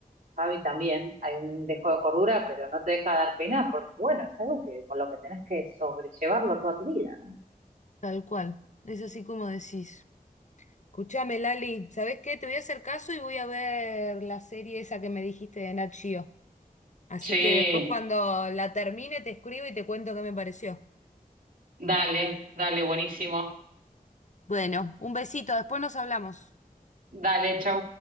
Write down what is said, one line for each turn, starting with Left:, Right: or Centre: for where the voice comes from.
Right: Fabi también, hay un dejo de cordura, pero no te deja dar pena porque, bueno, es algo que con lo que tenés que sobrellevarlo toda tu vida, ¿no?
Left: Tal cual. Es así como decís. Escuchame, Lali, ¿sabés qué? Te voy a hacer caso y voy a ver la serie esa que me dijiste de Nat Geo. Así
Right: Sí,
Left: que después cuando la termine te escribo y te cuento qué me pareció.
Right: Dale, dale, buenísimo.
Left: Bueno, un besito, después nos hablamos.
Right: Dale, chau.